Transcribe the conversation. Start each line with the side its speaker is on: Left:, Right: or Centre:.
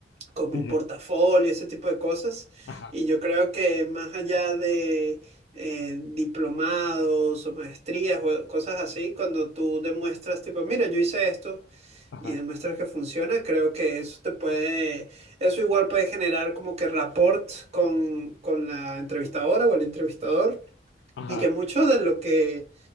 Right: como
Left: ujú,
Right: un portafolio, ese tipo de cosas.
Left: ajá,
Right: Y yo creo que más allá de eh, diplomados o maestrías o cosas así, cuando tú demuestras, tipo, mira, yo hice esto
Left: ajá,
Right: y demuestras que funciona, creo que eso te puede, eso igual puede generar como que rapport con, con la entrevistadora o el entrevistador.
Left: ajá,
Right: Y que mucho de lo que